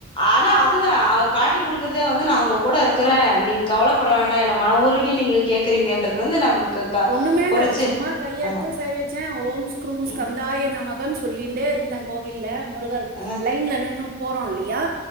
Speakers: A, on the left; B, on the right.
A: அட அதுதா அவர் காட்டி குடுக்கறதே வந்து நா உங்க கூட இருக்கறே நீங்க கவலப்பட வேண்டா என்ன மன ஊருக நீங்க கேக்குறீங்கன்றது வந்து நம்மளுக்கு க
B: ஓண்ணு மேல
A: பொறிச்சு
B: இல்ல சும்மா கைய
A: ஆ
B: எடுத்து சேவிச்சே ஓம் ஸ்க்ரூம் ஸ்கந்தாய
A: ம்
B: நமகானு சொல்லிட்டே இருந்தே கோவில்ல முருகர்
A: ஆ
B: லைன்ல நின்னு போறோ இல்லியா